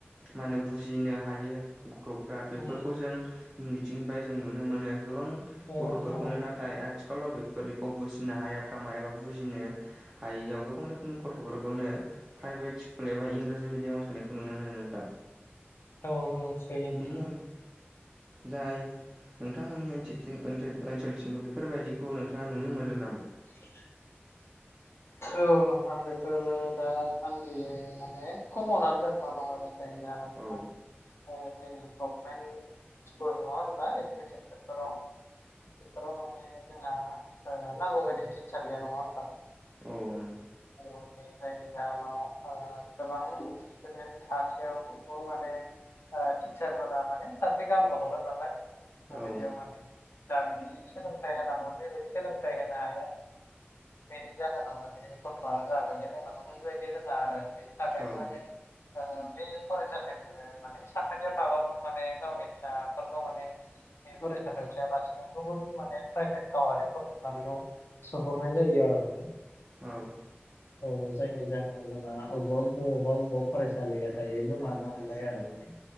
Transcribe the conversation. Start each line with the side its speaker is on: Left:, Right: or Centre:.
Right: मा होनो बुजिनो हायो गथ'फ्रा बेफोरखौ
Left: उम
Right: जों मिथिंनिफ्राय जों नुनो मोनो गोबां
Left: औ
Right: गथ'फोरखौनो
Left: औ
Right: नाथाय आथिखाल सथिखलाव बेनिखौ बुजिनो हायाफामा एबा बुजिनो हायियाव गोबां रोखोमनि गथ'फोरखौनो प्राइभेट स्कुल एबा इंराजि मिडियामाव सोननायखौ नुनो मोनो नोंथां
Left: औ औ सैयो नोंथां
Right: बेनिन जाय नोंथांमोननि ओनोल ओनसोलथिंबो बेफोरबायदिखौ नोंथाङा नुनो मोनदों नामा
Left: ए औ नोंथां बेफोरो दा सान्दिै माने खमावनानै जाखा दं आरो ाय जा गभमेन्ट
Right: औ
Left: स्कुल नङा होनबा ए सिक्सनफोराव बेफोराव माने जोंहा नांगौ बायदि टिचार गैया नङा होनबा
Right: औ न
Left: जायनि जाहोनाव गोबां टुडेन्टास माने ओ टिचारफोरा माने सासे गामल' हरो नालाय माने
Right: औ
Left: बेयाव माने दा बि सोलोंथाइ होनांगौ <unintelligible> सोलोंथाइ होनो हाया। बेनि जाहोन माने गथ'आ जाबायदि रोंनांगौ बेबायदि रोङा आरो बेनि थाखायनो
Right: औ
Left: माने ओ बे फरायसा <unintelligible> माने साखायाव थाबाबो माने गावनि फिसाफोरखौ माने फरायसालियाव थायालासिनो गुबुन माने प्राइभेट गावारि फोरसनांगौ सोहरनाय जायो आरो माने
Right: औ
Left: औ जायनि जाहोनाव जोंना अबा बबेबा बबेबा फरायसालिया दायो गोमानो हमबाय आरो माने।